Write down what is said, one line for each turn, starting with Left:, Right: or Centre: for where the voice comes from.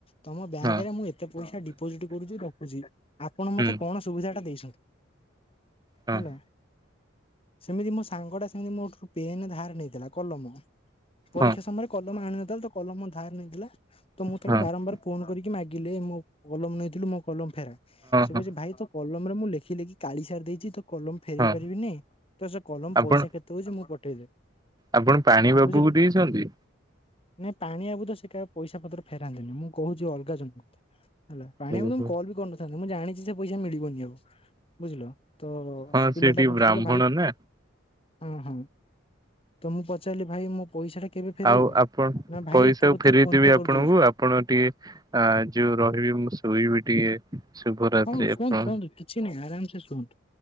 Left: ତମ ବ୍ୟାଙ୍କ
Right: ହଁ
Left: ରେ ମୁଁ ଏତେ ପଇସା ଡିପୋଜିଟ କରୁଛି ରଖୁଛି ଆପଣ ମତେ
Right: ହୁଁ
Left: କଣ ସୁବିଧା ଟା ଦେଇଛନ୍ତି।
Right: ହଁ
Left: ହେଲା। ସେମିତି ମୋ ସାଙ୍ଗ ଟା ସେମିତି ମୋଠୁ ପେନ୍ ଧାର ନେଇଥିଲା କଲମ। ପରୀକ୍ଷା
Right: ହଁ ହଁ
Left: ସମୟରେ କଲମ ଆଣିନଥିଲା ତ କଲମ ଧାର ନେଇଥିଲା ତ ମୁଁ ତାକୁ
Right: ହଁ
Left: ବାରମ୍ବାର ଫୋନ କରିକି ମାଗିଲେ ମୋ କଲମ ନେଇଥିଲି ମୋ କଲମ ଫେରା ସେ
Right: ହଁ
Left: କ ଭାଇ ତୋ କଲମ ରେ ମୁଁ ଲେଖି ଲେଖି କାଳି ସାରି ଦେଇଛି ତ କଲମ ଫେରଇ
Right: ହଁ
Left: ପାରିବିନିଁ ତ ସେ କଲମ
Right: ଆପଣ
Left: ପଇସା କେତେ ହଉଛି ମୁଁ ପଠେଇଦେ
Right: ଆପଣ ପାଣି ବାବୁକୁ
Left: ବୁଝିଲ
Right: ଦେଇଛନ୍ତି?
Left: ନାଇଁ ପାଣିଆବୁ ତ ସେ କା ପଇସା ପତ୍ର ଫେରାନ୍ତିନି ମୁଁ କହୁଛି ଅଲଗା ଜଣକ କଥା ହେଲା ପାଣି
Right: ଓହୋ
Left: ଆବୁ କୁ ମୁଁ କଲ ବି କରିନଥି ମୁଁ ଜାଣିଛି ସେ ପଇସା ମିଳିବନି ଆଉ ବୁଝିଲ ତ
Right: ହଁ
Left: ସେ ପିଲା ଟା
Right: ଟିକେ
Left: ମତେ
Right: ବ୍ରାହ୍ମଣ
Left: କହିଲା ଭାଇ
Right: ନା
Left: ହଁ ହଁ ତ ମୁଁ ପଚାରିଲି ଭାଇ ମୋ ପଇସା ଟା କେବେ ଫେରେଇବ?
Right: ଆଉ ଆପଣ
Left: ନା ଭାଇ
Right: ପଇସା
Left: ତୋ କତିକି
Right: ଫେରେଇଦେବି
Left: ଫୋନ ପେ
Right: ଆପଣଙ୍କୁ
Left: କରିଦଉଛି।
Right: ଆପଣ ଟିକେ ଆ ଯୋଉ ରହିବି ମୁଁ ଶୋଇବି ଟିକେ ଶୁଭରାତ୍ରି
Left: ହଉ ଶୁଅନ୍ତୁ
Right: ଆପଣ।
Left: ଶୁଅନ୍ତୁ କିଛି ନାଇଁ ଆରାମ ସେ ଶୁଅନ୍ତୁ।